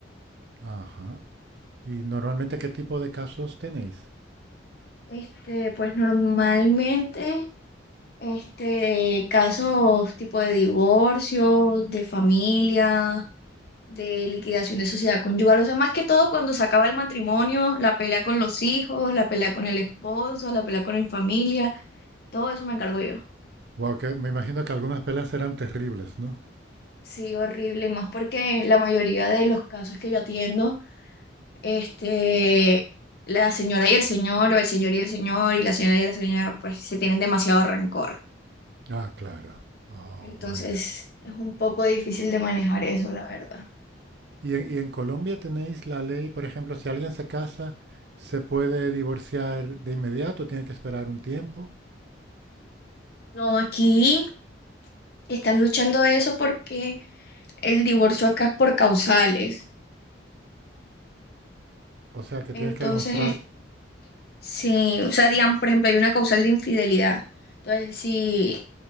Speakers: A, on the right; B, on the left.
A: ajá. ¿Y normalmente qué tipo de casos tenéis?
B: Este, pues normalmente, este, casos tipo de divorcio, de familia de liquidación de sociedad conyugal, o sea, más que todo cuando se acaba el matrimonio, la pelea con los hijos, la pelea con el esposo, la pelea con la familia, todo eso me encargo yo.
A: Wow, que me imagino que algunas peleas serán terribles, ¿no?
B: Sí, horrible, y más porque la mayoría de los casos que yo atiendo, este, la señora y el señor, o el señor y el señor, y la señora y la señora, pues se tienen demasiado rencor.
A: Ah, claro. Oh,
B: Entonces,
A: vaya.
B: es un poco difícil de manejar eso, la verdad.
A: ¿Y en, y en Colombia tenéis la ley, por ejemplo, si alguien se casa, se puede divorciar de inmediato, tiene que esperar un tiempo?
B: No, aquí están luchando eso porque el divorcio acá es por causales.
A: O sea, que
B: Entonces,
A: tienes que demostrar
B: es- si, o sea, digamos, por ejemplo, hay una causal de infidelidad. Entonces, si